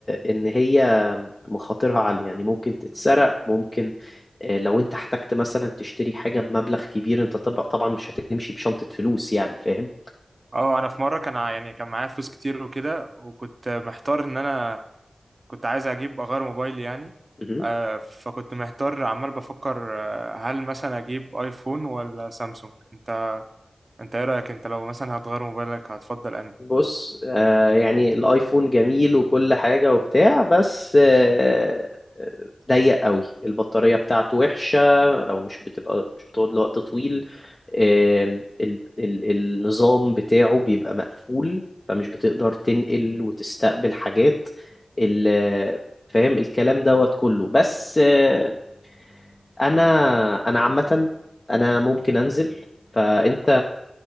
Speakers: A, on the left; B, on the right.
A: إن هي مخاطرها عالية يعني ممكن تتسرق ممكن آه، لو أنت احتجت مثلا تشتري حاجة بمبلغ كبير أنت طب- طبعا مش هتمشي بشنطة فلوس يعني فاهم
B: اه انا في مرة كان ع- يعني كان معايا فلوس كتير وكده وكنت محتار ان انا كنت عايز اجيب اغير موبايلي يعني
A: <coughs>
B: آه، فكنت محتار عمال بفكر آه، هل مثلا اجيب ايفون ولا سامسونج انت انت ايه رايك انت لو مثلا هتغير موبايلك هتفضل انهي
A: بص آه يعني الايفون جميل وكل حاجة وبتاع بس آه ضيق قوي البطارية بتاعته وحشة او مش بتبقى مش بتقعد لوقت طويل آه ال ال النظام بتاعه بيبقى مقفول فمش بتقدر تنقل وتستقبل حاجات ال- فاهم الكلام دوت كله بس آه انا انا عامة انا ممكن انزل فانت